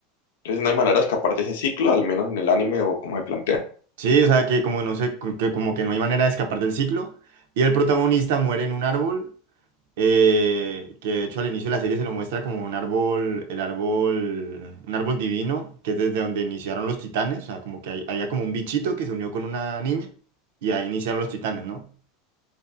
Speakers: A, on the left; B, on the right.
A: Entonces no hay manera de escapar de ese ciclo, al menos en el anime o como se plantea.
B: Sí, o sea que como no sé, cu- que como que no hay manera de escapar del ciclo y el protagonista muere en un árbol eh, que de hecho al inicio de la serie se lo muestra como un árbol, el árbol, un árbol divino, que es desde donde iniciaron los titanes, o sea, como que hay- había como un bichito que se unió con una niña y ahí iniciaron los titanes, ¿no?